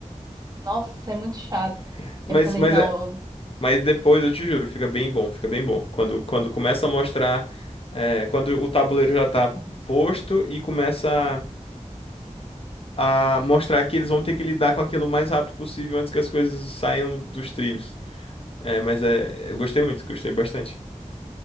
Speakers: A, on the right; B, on the left.
A: Nossa, é muito chato.
B: <laughs> Mas,
A: Eu falei,
B: mas,
A: não,
B: é,
A: eu-
B: mas depois, eu te juro, fica bem bom, fica bem bom. Quando, quando começa a mostrar, é, quando o tabuleiro já tá posto e começa a, a mostrar que eles vão ter que lidar com aquilo o mais rápido possível antes que as coisas saiam dos trilhos. É, mas é, eu gostei muito, gostei bastante.